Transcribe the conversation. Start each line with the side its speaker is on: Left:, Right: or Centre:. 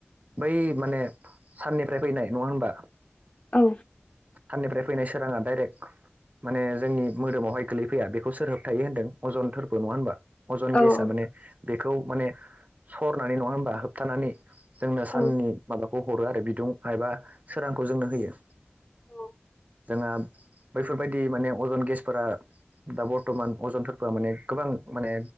Right: बै माने साननिफ्राय फैनाय नङा होमबा
Left: औ
Right: साननिफ्राय फैनाय सोराङा डाइरेक्ट माने जोंनि मोदोमावहाय गोलैफैया बेखौ सोर होबथायो होनदों अजन थोरफो नङा होनबा अजन
Left: औ
Right: गेस
Left: औ
Right: माने बेखौ माने सरनानै नङा होनबा होबथानानै जोंनो
Left: औ
Right: साननि माबाखौ हरो आरो बिदुं एबा सोरांखौ जोंनो होयो
Left: औ
Right: जोंहा बैफोरबायदि माने अजन गेसफोरा दा बर्थमान अजनथफोरा माने गोबां माने